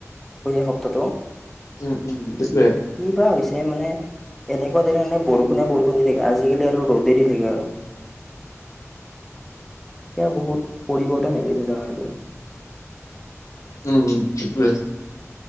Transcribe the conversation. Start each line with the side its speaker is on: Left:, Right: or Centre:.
Centre: এই সপ্তাহটো?
Left: উম, উম। সেইটোয়ে
Centre: কি বা হৈছে মানে এনেকুৱা যেনে এনে বৰষুণে বৰষুণ দি থাকে আজিকালি আৰু ৰ'দে দি থাকে আৰু। তেও বহুত পৰিৱৰ্তন হৈ গৈছে জেগাবোৰ।
Left: উম, উম সেটোৱে।